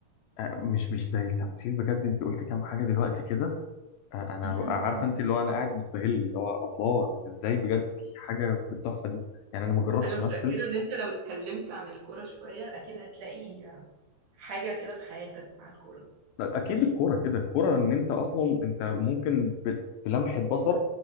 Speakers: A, on the left; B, on the right.
A: آه، مش مش زي التمثيل بجد انت قلت كام حاجه دلوقتي كده انا
B: <laughs>
A: عارف انت اللي هو انا قاعد مستهل اللي هو الله ازاي بجد في حاجه بالتحفه دي يعني انا ما جربتش
B: انا متأكدة
A: امثل
B: ان انت لو اتكلمت عن الكورة شوية اكيد هتلاقي حاجة كده في حياتك مع الكورة
A: لا، اكيد الكوره كده الكوره ان انت اصلا انت ممكن ب- بلمحه بصر